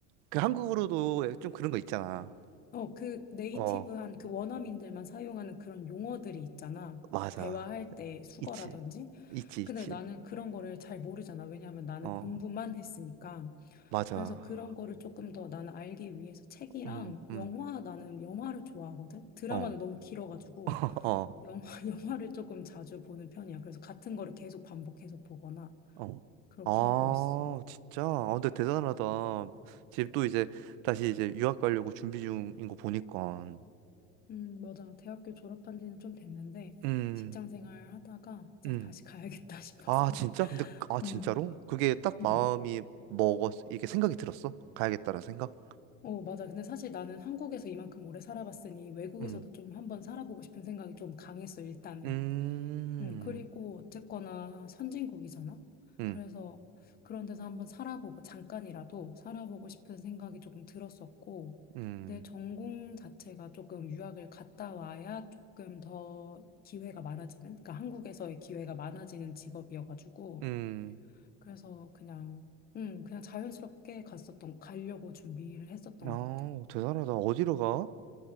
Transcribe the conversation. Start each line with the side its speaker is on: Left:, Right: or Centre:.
Right: 그 한국으로도 좀 그런 거 있잖아.
Left: 어, 그 네이티브한
Right: 어,
Left: 그 원어민들만 사용하는 그런 용어들이 있잖아.
Right: 맞아.
Left: 대화할 때 수거라든지.
Right: 있지. 있지, 있지.
Left: 근데 나는 그런 거를 잘 모르잖아. 왜냐하면 나는
Right: 어,
Left: 공부만 했으니까.
Right: 맞아.
Left: 그래서 그런 거를 조금 더 나는 알기 위해서 책이랑
Right: 음, 음.
Left: 영화, 나는 영화를 좋아하거든. 드라마는
Right: 어,
Left: 너무 길어가지고
Right: <laughs> 어,
Left: 영화, <laughs> 영화를 조금 자주 보는 편이야. 그래서 같은 거를 계속 반복해서 보거나
Right: 어.
Left: 그렇게
Right: 아,
Left: 하고 있어.
Right: 진짜. 아, 근데 대단하다. 지금 또 이제 다시 이제 유학 가려고 준비 중인 거 보니까.
Left: 음, 맞아. 대학교 졸업한 지는 좀 됐는데,
Right: 음,
Left: 직장 생활 하다가 이제
Right: 음.
Left: 다시 가야겠다 <laughs> 싶어서.
Right: 아, 진짜? 근데 아, 진짜로?
Left: 음,
Right: 그게 딱
Left: 음.
Right: 마음이 먹었 이게 생각이 들었어? 가야겠다라는 생각?
Left: 어, 맞아. 근데 사실 나는 한국에서 이만큼 오래 살아봤으니 외국에서도
Right: 음.
Left: 좀 한번 살아보고 싶은 생각이 좀 강했어, 일단은.
Right: 음,
Left: 음, 그리고 어쨌거나 선진국이잖아.
Right: 음,
Left: 그래서 그런 데서 한번 살아보고 잠깐이라도 살아보고 싶은 생각이 조금 들었었고
Right: 음,
Left: 내 전공 자체가 조금 유학을 갔다 와야 조금 더 기회가 많아지는, 그러니까 한국에서의 기회가 많아지는 직업이어가지고
Right: 음.
Left: 그래서 그냥 음, 그냥 자연스럽게 갔었던 가려고 준비를 했었던
Right: 아,
Left: 것 같아.
Right: 대단하다. 어디로 가?